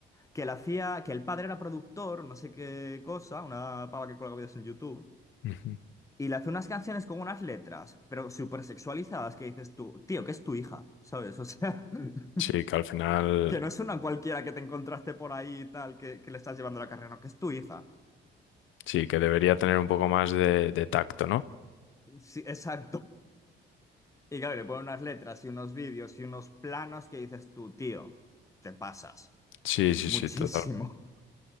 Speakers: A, on the left (about 15°); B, on the left (about 80°).
A: Que le hacía, que el padre era productor, no sé qué cosa, una pava que cuelga vídeos en YouTube,
B: Ujú.
A: y le hace unas canciones con unas letras, pero súper sexualizadas, que dices tú, tío, que es tu hija, ¿sabes? O sea, <laughs>
B: Sí, que al final
A: que no es una cualquiera que te encontraste por ahí y tal, que, que le estás llevando la carrera, no, que es tu hija.
B: sí, que debería tener un poco más de, de tacto, ¿no?
A: Sí, exacto. Y claro, le ponen unas letras y unos vídeos y unos planos que dices tú, tío, te pasas
B: Sí, sí,
A: muchísimo.
B: sí, totalmente.
A: <laughs>